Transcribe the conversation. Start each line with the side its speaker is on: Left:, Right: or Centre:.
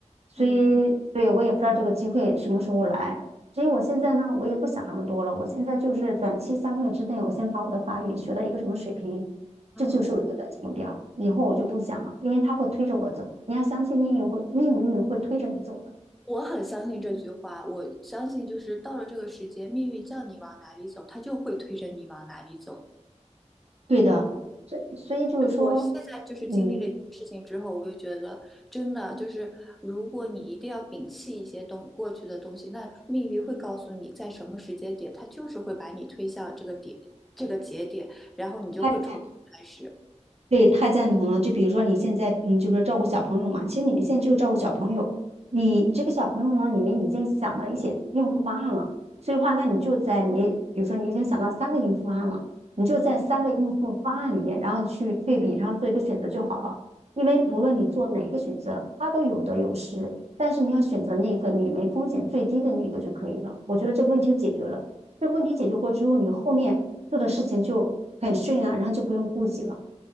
Right: 所以，
Centre: 嗯
Right: 对，我也不知道这个机会什么时候来。所以我现在呢，我也不想那么多了。我现在就是短期三个月之内，我先把我的法语学到一个什么水平，这就是我一个短期目标。
Centre: 嗯。
Right: 以后我就不想了，因为它会推着我走。你要相信命运会，命运会推着你走的。
Centre: 我很相信这句话，我相信就是到了这个时间，命运叫你往哪里走，它就会推着你往哪里走。
Right: 对的，所所以就是说，
Centre: 我现在就是经历了一件事情之后，
Right: 嗯，
Centre: 我就觉得真的就是，如果你一定要摒弃一些东过去的东西，那命运会告诉你在什么时间点，它就是会把你推向这个点，这个节点，然后你就会重新开始。
Right: 还得在。对，太赞同了。就比如说你现在，嗯，就是说照顾小朋友嘛，其实你们现在就是照顾小朋友，你这个小朋友呢，你们已经想到一些应付方案了，所以话，那你就在你，比如说你已经想到三个应付方案了，你就在三个应付方案里面，
Centre: 嗯
Right: 然后去对比，然后做一个选择就好了。因为不论你做哪个选择，
Centre: 嗯
Right: 它都有得有失，但是你要选择那个你们风险最低的那个就可以了。我觉得这个问题就解决了。这个问题解决过之后，你后面做的事情就很顺啊，然后就不用顾及了。